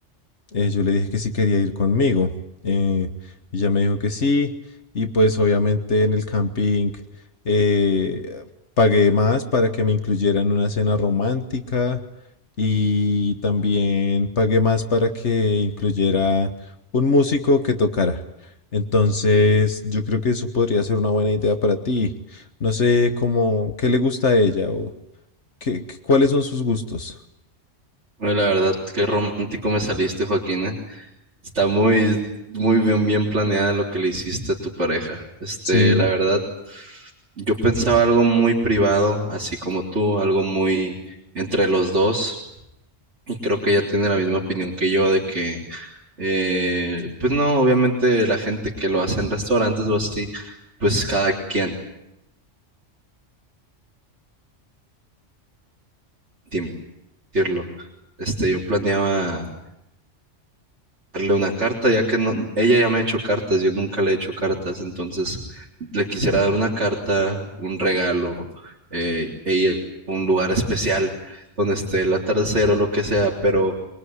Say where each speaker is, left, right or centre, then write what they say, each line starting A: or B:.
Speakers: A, on the left; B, on the right.
A: Eh, yo le dije que si quería ir conmigo. eh, ella me dijo que sí. Y pues obviamente en el camping eh, pagué más para que me incluyeran una cena romántica. Y también pagué más para que incluyera un músico que tocara. Entonces, yo creo que eso podría ser una buena idea para ti. No sé cómo, qué le gusta a ella o qué, qué- cuáles son sus gustos.
B: Bueno, la verdad, qué romántico me saliste, Joaquín, Está muy, muy bien, bien planeada lo que le hiciste a tu pareja. Este,
A: Sí,
B: la verdad, yo pensaba algo muy privado, así como tú, algo muy entre los dos. Y creo que ella tiene la misma opinión que yo de que, eh, pues no, obviamente la gente que lo hace en restaurantes o así, pues cada quien tiene que decirlo. Este, yo planeaba. darle una carta, ya que no- ella ya me ha hecho cartas, yo nunca le he hecho cartas, entonces le quisiera dar una carta, un regalo, eh, e ir a un lugar especial donde esté el atardecer o lo que sea, pero